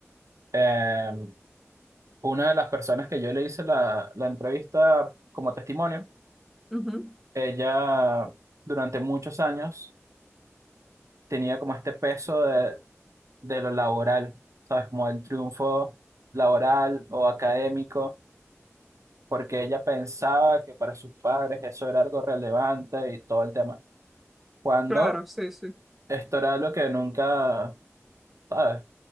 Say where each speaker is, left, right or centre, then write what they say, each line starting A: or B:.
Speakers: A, on the right; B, in the centre.
A: eh, una de las personas que yo le hice la, la entrevista como testimonio,
B: ujú.
A: ella durante muchos años tenía como este peso de, de lo laboral, ¿sabes? Como el triunfo laboral o académico, porque ella pensaba que para sus padres eso era algo relevante y todo el tema. Cuando
B: Claro, sí, sí.
A: esto era algo que nunca, ¿sabes?